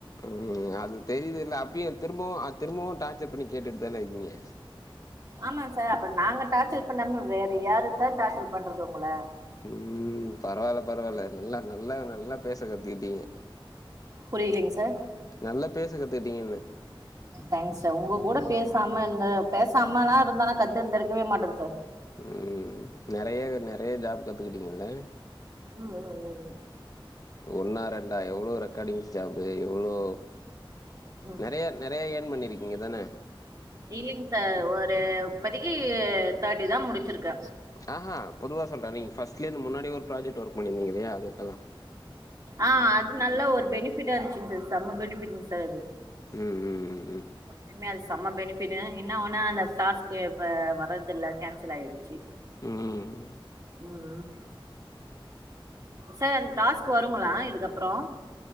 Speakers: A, on the left; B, on the right.
A: ம் அது தெரிது ல அப்பயு திரும்பவு அத் திரும்பவு டார்ச்சர் பண்ணி கேட்டுட்டுதான இருக்கீங்க
B: ஆமாங் சார் அப்ப நாங்க டார்ச்சல் பண்ணாம வேற யாரு சார் டார்ச்சல் பண்றது உங்கள
A: ம் ம் பரவால பரவால நல்லா நல்லா நல்லா பேச கத்துக்கிட்டீங்க
B: புரிலிங் சார்
A: நல்லா பேச கத்துகிட்டீங்கனுன்ன
B: தேங்க்ஸ் சார் உங்க கூட பேசாம இருந்த பேசாமல்லா இருந்தனா கத்துட் இருக்கவே மாட்டன் சார்
A: ம்ம் நெறைய நெறைய ஜாப் கத்துக்கிட்டீங்கள்ள
B: ம்ம் ம்
A: ஒன்னா ரெண்டா எவ்ளோ ரெக்கார்டிங் ஸ்டாப்பு எவ்ளோ
B: ம்
A: நெறய நெறைய யர்ன் பண்ணிருக்கீங்க தான
B: இல்லிங் சார் ஒரு இப்பதிக்கு உ தேர்ட்டி தா முடிச்சிருக்க
A: ஆ பொதுவா சொல்ற நீ ஃபர்ஸ்ட்லே இருந்து முன்னாடி ஒரு ப்ராஜெக்ட் ஒர்க் பண்ணிருந்திங்க இல்லியா அதுக்கல்லா
B: ஆ அது நல்லா ஒரு பெனிஃபிட்டா இருந்துச்சுங் சார் செம்ம பெனிஃபிட்ங்க சார் அது
A: ம் ம் ம் ம்
B: உண்மையா அது செம்ம பெனிஃபிட் என்ன ஒன்னா அந்த டாஸ்க்கு இப்ப வர்றது இல்ல கேன்சல் ஆயிடுச்சு
A: ம்
B: ம் சார் அந்த டாஸ்க் வருங்களா இதுக்கப்பற